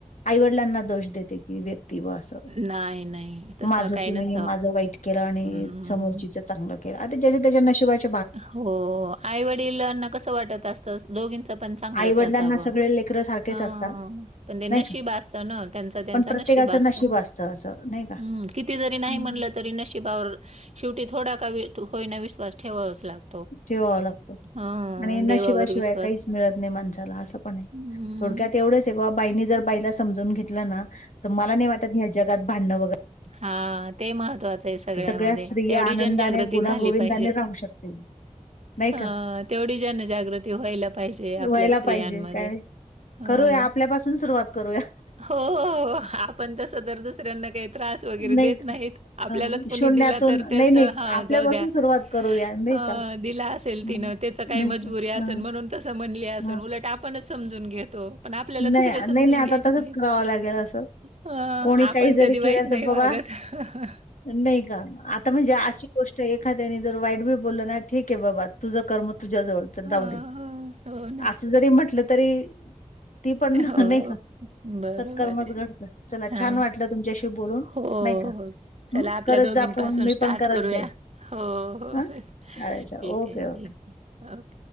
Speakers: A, on the left; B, on the right.
A: आईवडिलांना दोष देते की व्यक्ती ब अस...
B: नाही, नाही. तसं
A: माझ
B: काही
A: तुम्ही
B: नसतं.
A: माझ वाईट केल आणि
B: हं.
A: समोरचीच चांगल केल आता ज्याचा त्याच्या नशिबाची..
B: हो आईवडिलांना कस वाटत असत दोघींच पण चांगलंच
A: आई वडिलांना
B: असाव.
A: सगळे लेकरं सारखेच
B: हा
A: असतात
B: पण ते नशीब
A: नाही का
B: असत ना त्यांचा त्यांचा
A: पण प्रत्येकाचं
B: नशीब असत
A: असतं असं नाही का
B: हम्. किती जरी नाही
A: हम्म
B: म्हणल तरी नशिबावर शेवटी थोडा का होईना वि्वास. ठेवाच लागतो.
A: ठेवावा लागतो
B: हं,
A: आणि
B: देवावर
A: नशिवाशिवाय
B: विश्वास
A: काहीच मिळत नाही माणसाला अस पण आहे
B: हं,
A: थोडक्यात एवढच... बाईनी जर बाईला समजून घेत ना तर मला नाही वाटत जगात भांडण वगरे..
B: हा ते मह... महत्वाच हे सगळ्यामध्ये
A: सगळ्या स्त्रिया
B: तेवढी
A: आनंदाने
B: जनजागृती
A: गुणागोविंदाने
B: झाली पाहिजे.
A: राहू शकतील नाही
B: हं
A: का
B: तेवढी जनजागृती व्हायला पाहिजे आपल्या
A: व्हायला
B: स्त्रियांमध्ये.
A: पाहिजे काय करूया
B: ना.
A: आपल्यापासून सुरुवात करूया.
B: हो हो हो आपण तस दर दुसऱ्यांना काही.. त्रास वगैरे
A: नाही
B: देत
A: का?
B: नाहीत आपल्यालाच
A: अ,
B: कणी
A: शून्यातून
B: दिला तर तेच
A: नाही, नाही
B: हा
A: आपल्यापासून
B: जाऊ द्या.
A: सुरुवात करूया नाही
B: अ
A: का?
B: दिला असेल
A: हं,
B: तिन त्याच काही
A: नाही
B: मजबुरी
A: का?
B: असेल
A: हां,
B: म्हणून.. तस म्हणले असन
A: हां.
B: उलट आपणच समजून घेतो. पण आपल्याला दुसरे
A: नाही,
B: समजून
A: नाही, नाही
B: घेत
A: आता तसंच
B: नाहीत.
A: करावं लागेल असं.
B: अ
A: कोणी
B: आपण
A: काही जरी
B: कधी वाईट
A: केलं
B: नाही
A: तर बाबा
B: वागत हहह.
A: नाही का. आता म्हणजे अशी गोष्ट एखाद्याने जर वाईट बी बोलल ना ठीक आहे बाबा तुझ कर्म तुझ्याजवळ.
B: हो,
A: जाऊ दे,
B: हो. हो ना.
A: अस जरी म्हटल तरी. ती पण
B: हो
A: नाही का?
B: बरोबर
A: सत्कर्मच
B: हे
A: घडतं चला
B: हा
A: छान वाटलं तुमच्याशी बोलून
B: हो.
A: नाही का
B: चला
A: हम्म
B: आपल्या
A: करत
B: दोघीं
A: जा फोन
B: पासून
A: मी
B: स्टार्ट
A: पण करत
B: करूया.
A: जाईल
B: हो
A: हा
B: ठीक
A: चालेल चालेल ओके
B: आहे ठीक
A: ओके ओके
B: आहे.